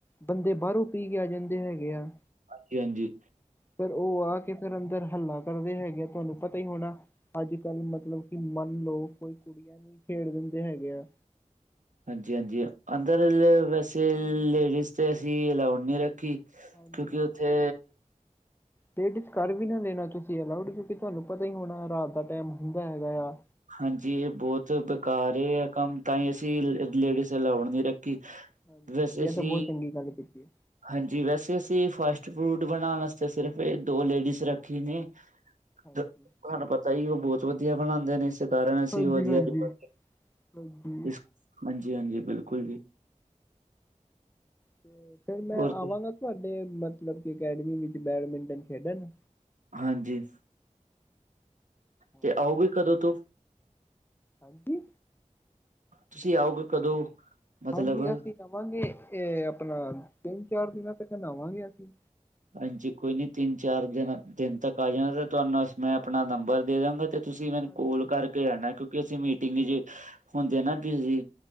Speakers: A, on the left (about 15°); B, on the right (about 70°).
A: ਬੰਦੇ ਬਾਹਰੋਂ ਪੀ ਕੇ ਆ ਜਾਂਦੇ ਹੈਗੇ ਆ।
B: ਹਾਂਜੀ-ਹਾਂਜੀ।
A: ਫੇਰ ਉਹ ਆ ਕੇ ਫੇਰ ਅੰਦਰ ਹੱਲਾ ਕਰਦੇ ਹੈਗੇ ਆ ਤੁਹਾਨੂੰ ਪਤਾ ਹੀ ਹੋਣਾ, ਅੱਜ ਕੱਲ ਮਤਲਬ ਕਿ ਮੰਨ ਲੋ ਕੋਈ ਕੁੜੀਆਂ ਨੂੰ ਹੀ ਛੇੜ ਦਿੰਦੇ ਹੈਗੇ ਆ।
B: ਹਾਂਜੀ- ਹਾਂਜੀ, ਅੰਦਰ ਐਲ ਵੈਸੇ ਲੇਡੀਜ਼ ਤੇ ਅਸੀਂ ਅਲਾਊਡ ਨਹੀਂ ਰੱਖੀ।
A: ਹਾਂਜੀ
B: ਕਿਉਂਕਿ ਉੱਥੇ
A: ਟੇਡੀਜ਼ ਕਰ ਵੀ ਨਾ ਲੈਣਾ ਤੁਸੀਂ ਅਲਾਊਡ ਕਿਉਂਕਿ ਤੁਹਾਨੂੰ ਪਤਾ ਹੀ ਹੋਣਾ ਰਾਤ ਦਾ ਟਾਈਮ ਹੁੰਦਾ ਹੈਗਾ ਆ।
B: ਹਾਂਜੀ, ਇਹ ਬਹੁਤ
A: ਹਾਂਜੀ
B: ਬੇਕਾਰ ਇਹ ਆ ਕੰਮ ਤਾਂ ਹੀ ਅਸੀਂ ਲੇਡੀਜ਼ ਅਲਾਉਡ ਨਹੀਂ ਰੱਖੀ।
A: ਹਾਂਜੀ-ਹਾਂਜੀ,
B: ਵੈਸੇ ਅਸੀਂ
A: ਇਹ ਤਾਂ ਬਹੁਤ ਚੰਗੀ ਗੱਲ ਕੀਤੀ।
B: ਹਾਂਜੀ, ਵੈਸੇ ਅਸੀਂ ਫਾਸਟ-ਫੂਡ ਬਣਾਣ ਆਸਤੇ ਸਿਰਫ ਇਹ ਦੋ ਲੇਡੀਜ਼ ਰੱਖੀ ਨੇ।
A: ਹਾਂਜੀ
B: ਦ ਤੁਹਾਨੂੰ ਪਤਾ ਈ ਉਹ ਬਹੁਤ ਵਧੀਆ ਬਣਾਂਦੇ ਨੇ ਇਸ ਕਾਰਨ ਅਸੀਂ
A: ਹਾਂਜੀ
B: ਵਧੀਆ,
A: ਹਾਂਜੀ
B: <unintelligible>
A: ਹਾਂਜੀ
B: ਹਾਂਜੀ-ਹਾਂਜੀ ਬਿਲਕੁਲ ਜੀ।
A: ਤੇ ਫਿਰ ਮੈਂ
B: ਹੋਰ ਕੀ-
A: ਆਵਾਂਗਾ ਤੁਹਾਡੇ ਮਤਲਬ ਕਿ ਅਕੈਡਮੀ ਵਿੱਚ ਬੈਡਮਿੰਟਨ ਖੇਡਣ।
B: ਹਾਂਜੀ।
A: ਹਾਂਜੀ।
B: ਤੇ ਆਓਗੇ ਕਦੋਂ ਤੋਂ
A: ਹਾਂਜੀ।
B: ਤੁਸੀਂ ਆਓਗੇ ਕਦੋਂ? ਮਤਲਬ
A: ਹਾਂਜੀ, ਅਸੀਂ ਆਵਾਂਗੇ ਇਹ ਆਪਣਾ ਤਿੰਨ-ਚਾਰ ਦਿਨਾਂ ਤੱਕ ਆਵਾਂਗੇ ਅਸੀਂ।
B: ਹਾਂਜੀ, ਕੋਈ ਨੀ ਤਿੰਨ ਚਾਰ ਦਿਨਾ ਦਿਨ ਤੱਕ ਆ ਜਾਣਾ ਤੇ ਤੁਹਾਨੂੰ ਸ ਮੈਂ ਆਪਣਾ ਨੰਬਰ ਦੇ ਦੇ ਦਾ ਗਾ। ਤੇ ਤੁਸੀਂ ਮੈਨੂੰ
A: ਹਾਂਜੀ
B: ਕੋਲ
A: ਹਾਂਜੀ
B: ਕਰਕੇ ਆਣਾ ਕਿਉਂਕਿ ਅਸੀਂ ਮੀਟਿੰਗ ਹੁੰਦੇ ਆ ਨਾ ਬਿਜ਼ੀ।